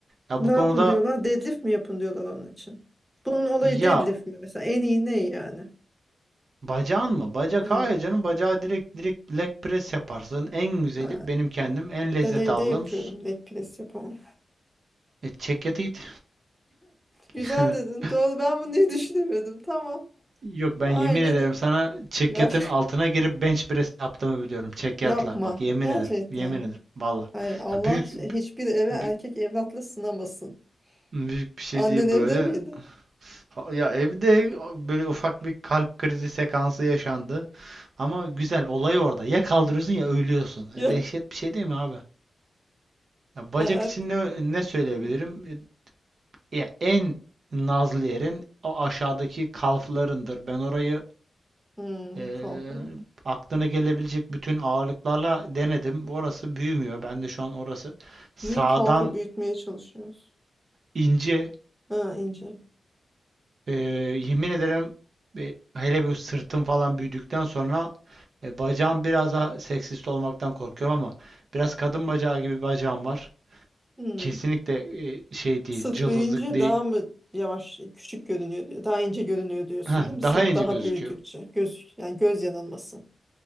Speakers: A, on the right; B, in the centre.
A: Ya
B: Ne
A: bu
B: yapın
A: konuda
B: diyorlar? Deadlift mi yapın diyorlar onun için. Bunun olayı
A: Ya
B: deadlift mi mesela? En iyi ne yani?
A: bacağın mı? Bacak
B: Hı.
A: hayır canım. Bacağı direkt direkt leg press yaparsın. En güzeli
B: Ha,
A: benim kendim en lezzet
B: Ben evde
A: aldığım
B: yapıyorum.
A: s-
B: Leg press yapamam.
A: e, çekyatı it. <laughs>
B: Güzel dedin. Doğru. Ben bunu niye düşünemedim? Tamam.
A: Yok ben
B: Aynen
A: yemin ederim
B: öyle.
A: sana çekyatın
B: Yap.
A: altına girip bench press yaptığımı biliyorum.
B: <laughs>
A: Çekyatla.
B: Yapma.
A: Bak yemin
B: Gerçekten
A: ederim. Yemin
B: mi?
A: ederim. Valla.
B: Hay Allah
A: Ya büyük
B: şey- hiçbir eve erkek
A: bü-
B: evlatla sınamasın.
A: büyük bir şey
B: Annen
A: değil
B: evde
A: böyle.
B: miydi?
A: Ha- Ya evde
B: <laughs>
A: böyle ufak bir kalp krizi sekansı yaşandı. Ama güzel olay orada. Ya kaldırıyorsun ya ölüyorsun.
B: Yok.
A: E, dehşet bir şey değil mi abi? Ya bacak
B: Evet.
A: için ne, ne söyleyebilirim?
B: Hı.
A: E, Ya en nazlı yerin o aşağıdaki kalflarındır. Ben orayı
B: Hmm,
A: eee,
B: kalfa. evet.
A: aklına gelebilecek bütün ağırlıklarla denedim. Orası büyümüyor. Ben de şu an orası sağdan
B: Niye kalfa büyütmeye çalışıyoruz?
A: ince.
B: Ha, ince.
A: Eee, yemin ederim e, hele bir sırtım falan büyüdükten sonra e, bacağım biraz daha seksist olmaktan korkuyorum ama biraz kadın bacağı gibi bir bacağım var.
B: Hmm.
A: Kesinlikle e, şey değil,
B: Sıt
A: cılızlık
B: büyüyünce
A: değil.
B: daha mı yavaş, küçük görünüyor, diyor- daha ince görünüyor diyorsun
A: Heh,
B: değil mi? Sıt
A: daha ince
B: daha
A: gözüküyor.
B: büyüdükçe. Göz, yani göz yanılması.